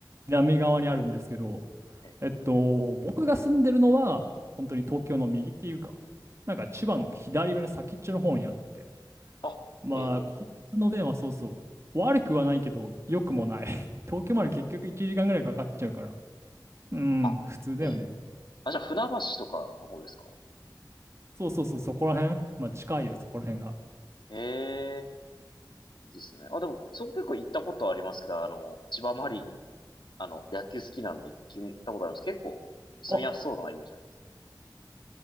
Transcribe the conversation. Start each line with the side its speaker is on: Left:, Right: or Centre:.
Right: 南側にあるんですけど、
Left: え、
Right: えっと、僕が住んでるのは、本当に東京の右っていうか、なんか千葉の左上の先っちょの方にあって、
Left: あ、
Right: まあ、
Left: ええ、
Right: 交通の便はそうそう。悪くはないけど、良くもない。<laughs> 東京まで結局1時間ぐらいかかっちゃうから。うん、
Left: あ、
Right: 普通だよね。
Left: ええ。あ、じゃあ船橋とかの方ですか
Right: そうそうそう、そこら辺。まあ、近いよ、そこら辺が。
Left: ええ、いいですね。あ、でも、そこ結構行ったことありますけど、あの、千葉マリン、あの、野球好きなんで行ったことあります。結構、住みやすそうなイメージありますね。
Right: あ、